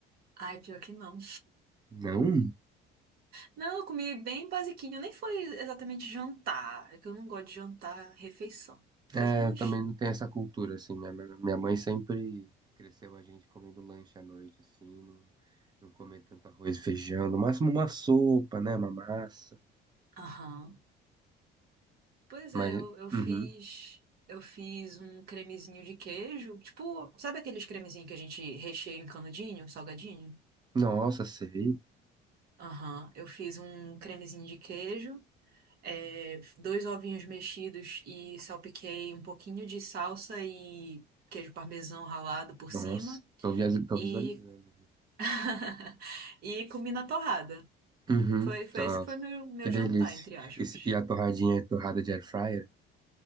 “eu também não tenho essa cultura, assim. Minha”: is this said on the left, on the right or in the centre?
Right